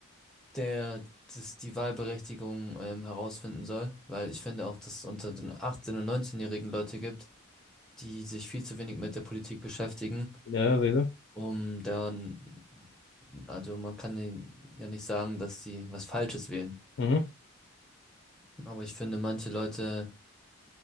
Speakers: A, in the centre; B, on the left.
A: der das, die Wahlberechtigung ähm, herausfinden soll, weil ich finde auch, dass es unter den 18- und 19-jährigen Leute gibt, die sich viel zu wenig mit der Politik beschäftigen,
B: Ja, rede.
A: um dann, also man kann ihnen ja nicht sagen, dass sie was Falsches wählen.
B: Mhm,
A: Aber ich finde, manche Leute,